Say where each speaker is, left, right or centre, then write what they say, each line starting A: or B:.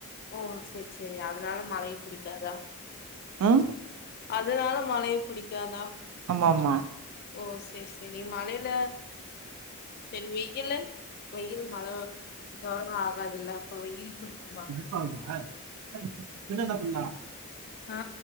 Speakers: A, on the left; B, on the right.
A: ஓ சேரி சேரி அதனால மழை புடிக்காதா
B: ம்
A: அதனால மழை புடிக்காதா
B: அம்மாமா
A: ஓ சேரி சேரி மழைல செரி வெய்யிலு வெயில் மழை வரு ஜொரோ ஆகாதுல்ல அப்ப வெயில் புடிக்மா
B: <inaudible>
A: ஆ